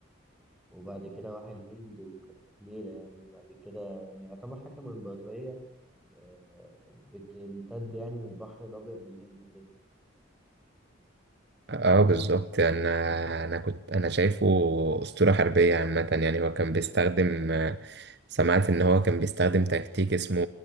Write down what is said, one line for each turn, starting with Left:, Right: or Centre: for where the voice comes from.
Centre: وبعد كده راح الهند وكانت ليلة يعني بعد كده يعني يعتبر حكم إمبراطورية آه، بتمتد يعني من البحر الأبيض للهند كده
Right: اه بالظبط يعني انا انا كنت انا شايفه اسطوره حربيه عامه يعني هو كان بيستخدم سمعت ان هو كان بيستخدم تكتيك اسمه